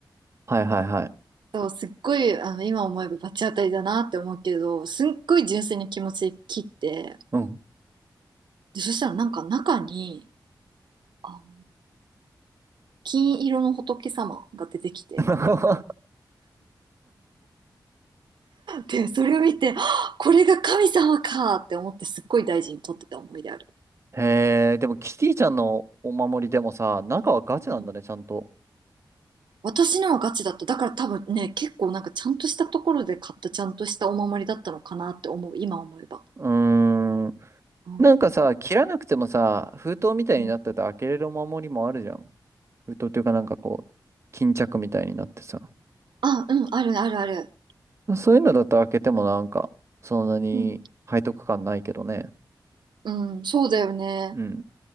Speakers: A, on the right; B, on the right.
A: はいはいはい。
B: そう、すっごい、あの、今思えば罰当たりだなって思うけど、すっごい純粋に気持ち切って、
A: うん。
B: で、そしたらなんか中に、あの、金色の仏様が出てきて、
A: <laughs>
B: で、それを見て、はっこれが神様かって思ってすっごい大事に取ってた思い出ある。
A: へえ、でもキティちゃんのお守りでもさ、中はガチなんだね、
B: うん
A: ちゃんと。
B: 私のはガチだった。だから多分ね、結構なんかちゃんとしたところで買ったちゃんとしたお守りだったのかなって思う、今思えば。
A: うーん。
B: うん
A: なんかさ、切らなくてもさ、封筒みたいになってて開けれるお守りもあるじゃん。
B: うん
A: 封筒っていうかなんかこう、巾着みたいになってさ。
B: あ、うん、あるあるある。
A: そういうのだと開けてもなんか、そんなに背徳感ないけどね。
B: うん。うん、そうだよね。
A: うん。